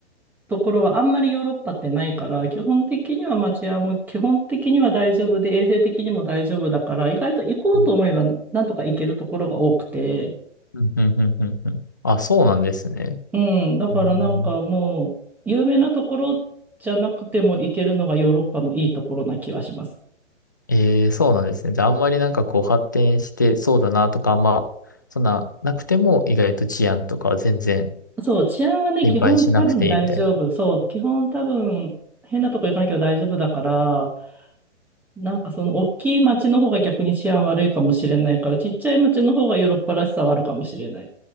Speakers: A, in the centre; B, on the left.
A: ところはあんまりヨーロッパってないから、基本的にはまあ治安も基本的には大丈夫で、衛生的にも大丈夫だから、意外と行こうと思えばなんとか行けるところが多くて、
B: うん、うん、うん。うんあ、そうなんですね。
A: うん、だからなんかもう、
B: うん、
A: 有名なところじゃなくても行けるのがヨーロッパのいいところな気はします。
B: えー、そうなんですね。じゃあ、あんまりなんかこう発展してそうだなとか、あんま、そんななくても、意外と治安とかは全然
A: そう、治安はね、
B: 心配しなくていいみたいな。
A: 基本多分大丈夫。そう、基本多分変なとこ行かなきゃ大丈夫だから、なんかその大きい街の方が逆に治安悪いかもしれないから、ちっちゃい街の方がヨーロッパらしさはあるかもしれない。